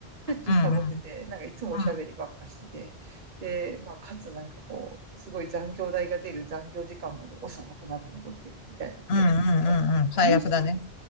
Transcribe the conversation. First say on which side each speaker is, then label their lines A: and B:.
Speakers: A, on the right; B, on the left.
A: しょっちゅうサボってて、
B: うん、
A: なんかいつもおしゃべりばっかしてて、
B: うん、
A: で、まあ、かつなんかこう、すごい残業代が出る残業時間まで遅くまで残ってるみたいなタイプだったの。
B: うん、うん、最悪だね。
A: 何して、